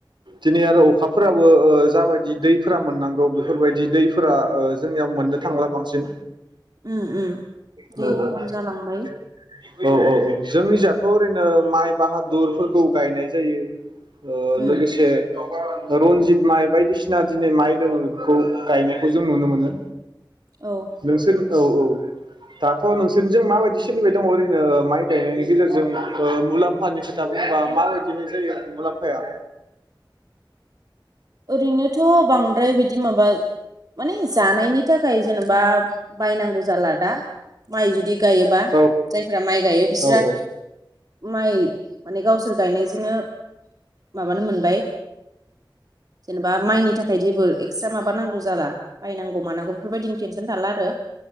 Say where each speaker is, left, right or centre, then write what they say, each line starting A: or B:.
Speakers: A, on the right; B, on the right.
A: दिनै आरो अखाफोराबो जाबायदि दैफोरा मोननांगौ बेफोरबायदि दैफोरा जोंनियाव मोननो थांला बांसिन।
B: उ उम
A: औ
B: दै खम जालांबाय।
A: <inaudible> औ औ औ जोंनि जाथ' ओरैनो माइ बाहादुरफोरखौ गायनाय जायो ओ
B: उम
A: लोगोसे रनजित माइ बायदिसिना दिनै माइ दङो बेफोरखौ गायनायखौ जों नुनो मोनो
B: औ
A: नोंसोर औ औ दाथ' नोंसोरनिजों माबायदि सोलिबाय दङ ओरैनो माइ गायनायनि गेजेरजों ओ मुलाम्फानि खोथा बुंबा माबायदिहाय जायो मुलाम्फाया
B: ओरैनोथ' बांद्राय बिदि माबा माने जानायनि थाखाय जेनेबा बायनांगौ जाला दा माइ जुदि गायोबा
A: औ
B: जायफ्रा माइ गायो बिस्रा
A: औ औ
B: माइ माने गावसोर गायनायजोंनो माबानो मोनबाय जेनेबा माइनि थाखाय जेबो एक्सट्रा माब नांगौ जाला बायनांगौ मानांगौ बेफोरबायदिनि टेनसन थाला आरो